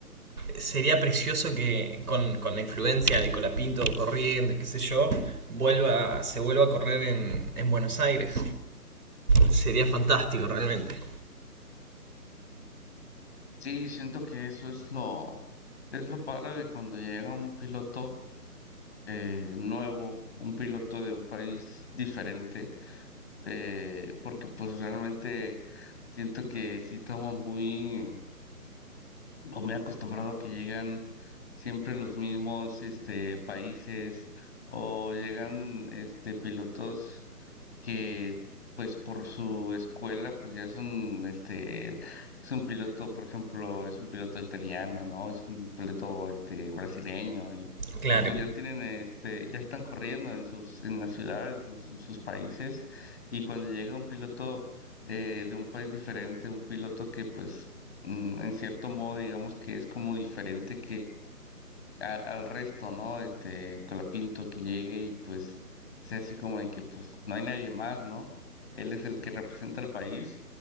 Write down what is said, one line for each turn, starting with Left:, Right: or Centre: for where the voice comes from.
Right: sería precioso que con, con la influencia de Colapinto corriendo y qué sé yo, vuelva, se vuelva a correr en, en Buenos Aires. Sería fantástico realmente.
Left: Sí, siento que eso es lo, es lo padre de cuando llega un piloto eh, nuevo, un piloto de un país diferente, eh, porque pues realmente siento que sí estamos muy pues, muy acostumbrado a que llegan siempre los mismos este países o llegan este pilotos que pues por su escuela pues ya es un este es un piloto, por ejemplo, es un piloto italiano, ¿no? Es un piloto este brasileño y
Right: Claro,
Left: y pues ya tienen este ya están corriendo en sus en las ciudades, en sus sus países y cuando llega un piloto eh, de un país diferente, un piloto que pues mm, en cierto modo digamos que es como diferente al, al resto, ¿no? Este, Colapinto que llegue y pues sea así como de que pues no hay nadie más, ¿no? Él es el que representa al país